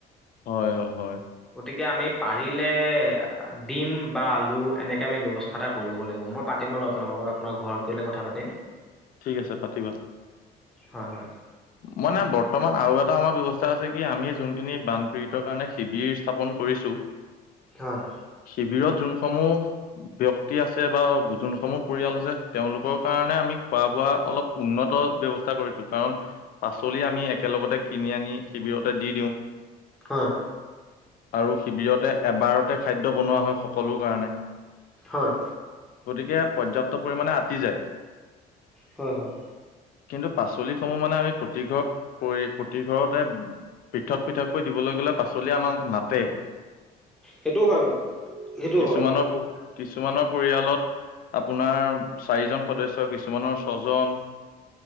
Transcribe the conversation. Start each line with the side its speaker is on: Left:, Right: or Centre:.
Left: হয়, অ', হয়,
Centre: গতিকে আমি পাৰিলে, ডিম বা আলু এনেকে আমি ব্যৱস্থা এটা কৰিব লাগিব মই পাতিম বাৰু আপোনাৰ লগত আপোনাৰ ঘৰত গ'লে কথা পাতিম।
Left: ঠিক আছে পাতিবা
Centre: হয় হয়।
Left: মানে বৰ্তমান আৰু এটা আমাৰ ব্যৱস্থা। আছে কি আমি যোনখিনি বানপীড়িতৰ কাৰণে শিবিৰ স্থাপন কৰিছো।
Centre: হয়
Left: শিবিৰধ, যোনসমূহ ব্যক্তি আছে বা যোনসমূহ পৰিয়াল আছে তেওঁলোকৰ কাৰণে আমি, খোৱা বোৱা অলপ উন্নত ব্যৱস্থা কৰিছোঁ। কাৰণ পাচলি আমি একেলগতে কিনি আনি শিবিৰতে দি দিওঁ।
Centre: হয়।
Left: আৰু শিবিৰতে এবাৰতে খাদ্য বনোৱা হয়। সকলো কাৰণে
Centre: হয়।
Left: গতিকে পৰ্যাপ্ত পৰিমানে আতি যায়।
Centre: হয় হয়।
Left: কিন্তু পাচলি সমূহ মানে আমি প্ৰতি ঘ পৰি প্ৰতি ঘৰতে পৃথক পৃথককৈ দিবলৈ গলে পাচলিয়ে আমাক নাটে।
Centre: সেইটোও হয় বাৰু সেইটোও
Left: কিছুমানৰ
Centre: হয়।
Left: কিছুমানৰ পৰিয়ালত আপোনাৰ চাৰিজন সদস্য। চ কিছুমানৰ ছজন